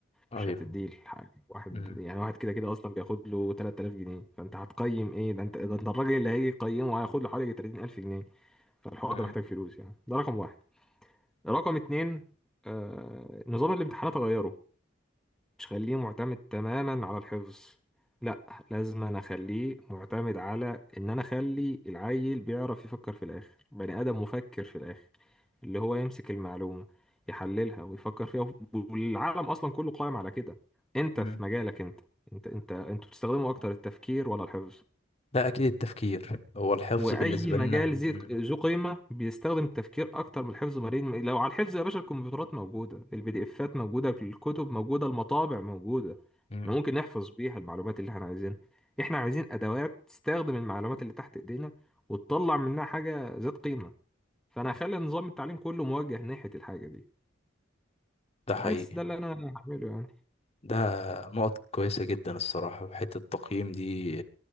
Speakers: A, on the left; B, in the centre.
A: ايوه
B: مش هتديه الحاجة واحد
A: مم.
B: يعني واحد كده كده اصلا بياخد له 3000 جنيه فانت هتقيم ايه ده انت ده انت الراجل اللي هيجي يقيمه هياخد له حوالي 30000 جنيه فالحوار
A: مم.
B: ده محتاج فلوس يعني ده رقم واحد رقم اتنين آه نظام الامتحانات غيره مش خليه معتمد تماما على الحفظ لا لازم انا اخليه معتمد على ان انا اخلي العيل بيعرف يفكر في الاخر بني ادم مفكر في الاخر اللي هو يمسك المعلومة يحللها ويفكر فيها والعالم اصلا كله قائم على كده انت
A: مم.
B: في مجالك انت انت انت انتوا بتستخدموا اكتر التفكير ولا الحفظ
A: لا اكيد التفكير هو الحفظ
B: واي
A: بالنسبه
B: مجال
A: لنا
B: ذي
A: مم.
B: ذو قيمه بيستخدم التفكير اكتر من الحفظ مرين لو على الحفظ يا باشا الكمبيوترات موجوده البي دي افات موجوده الكتب موجوده المطابع موجوده
A: مم.
B: احنا ممكن نحفظ بيها المعلومات اللي احنا عايزينها احنا عايزين ادوات تستخدم المعلومات اللي تحت ايدينا وتطلع منها حاجه ذات قيمه فانا هخلي نظام التعليم كله موجه ناحيه الحاجه دي
A: ده حقيقي
B: بس ده اللي انا هعمله يعني
A: ده نقط كويسة جدا الصراحة في حتة التقييم دي